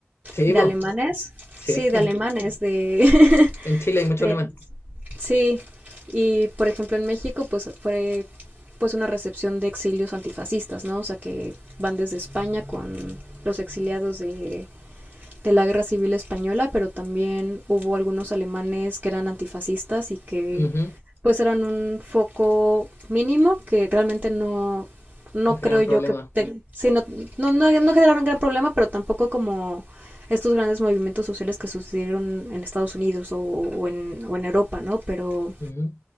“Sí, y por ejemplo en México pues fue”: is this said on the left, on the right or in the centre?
Right